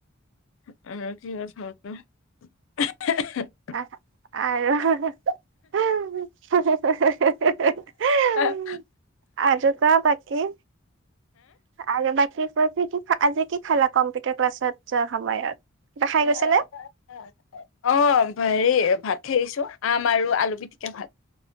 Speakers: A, on the left (about 70°); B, on the right (about 60°).
A: <unintelligible>
B: <inaudible> আৰু <unintelligible>
A: হা
B: আৰু কোৱা বাকী আৰু বাকী কোৱা, কি কি-আজি কি খালা কম্পিউটাৰ ক্লাছত যোৱা সময়ত? কিবা খাই
A: এই <unintelligible>
B: গৈছে নে
A: অ', হেৰি ভাত খাই আহিছোঁ, আম আৰু আলু পিটিকা ভাত।